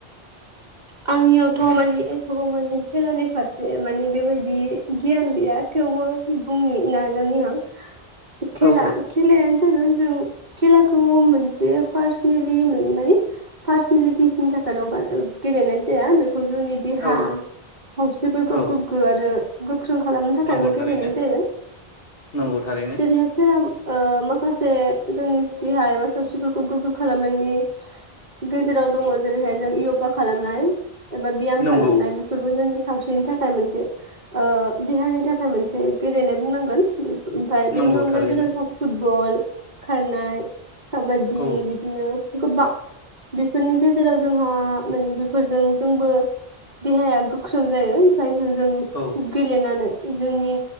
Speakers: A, on the right (about 45°); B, on the left (about 65°).
A: आंनियावथ' माने एथ' माने खेलानि फारसे माने बेबायदि गियान गैया थेवबो बुंनि नाजानि आं खेला
B: औ औ
A: खेलायानो जागोन जों खेलाखौ मोनसे फारसनेलि मो-माने पार्सनेलिटिसनि थाखाय ल' बा-गेलेनाय जाया बेखौ जोंनि देहा
B: औ
A: सावस्रिफोरखौ
B: औ
A: गोग्गो आरो ख्रों खालामनो थाखायबो
B: नंगौ
A: गेलेनाय
B: थारैनो
A: जायो
B: नंगौ थारैनो
A: जेरैहाय खेला ओ माखासे जोंनि देहा एबा सावस्रिफोरखौ गोग्गो खालामनायनि गेजेराव दङ। जेरैहाय जों योगा खालामनाय एबा बियाम
B: नंगौ
A: खालामनाय बेफोरबो जोंनि सावस्रिनि थाखाय मोनसे ओ देहानि थाखाय मोनसे गेलेनाय बुंनांगोन। ओमफाय बेनि
B: नंगौ
A: अनगायैबो
B: थारैनो
A: जोंहा फुटबल खारनाय खाबादि
B: औ
A: बिदिनो गोबा बेफोरनि गेजेराव जोंहा माने बेफोरजों जोंबो देहाया गोख्रों जायो जाय जों
B: औ
A: गेलेनानै जोंनि